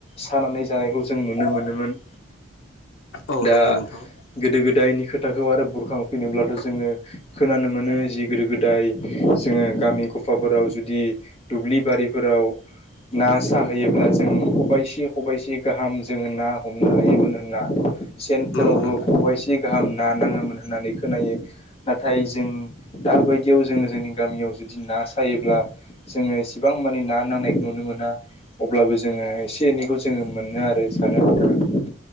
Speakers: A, on the left; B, on the left.
A: सानानै जानायखौ जों नुनो मोनोमोन।
B: औ
A: दा
B: नंगौ नोंथां
A: गोदो गोदायनि खोथाखौ आरो बुरखांफैनोब्लाथ' जोङो खोनानो मोनो जि गोदो गोदाय जोङो गामि गफाफोराव जुदि दुब्लि बारि फोराव ना साहैयोब्ला जों खबाइसे खबाइसे गाहाम जोङो ना हमनो हायोमोन होनना सेनफोरावबो
B: नंगौ नोंथां
A: खबाइसे गाहाम ना नाङोमोन होननानै खोनायो नाथाय जों दाबायदियाव जोङो जोंनि गामियाव जुदि ना सायोब्ला जोङो एसेबां मानि ना नांनायखौ नुनो मोना अब्लाबो जोङो एसे एनैखौ जोङो मोनो आरो जानो आनथा